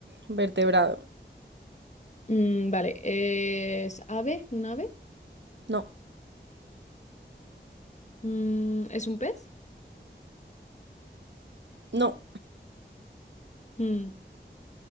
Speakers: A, on the right (about 75°); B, on the left (about 40°).
A: vertebrado.
B: Mm, vale, ¿es ave? ¿Un ave?
A: No,
B: Mm, ¿es un pez?
A: no,
B: Mm.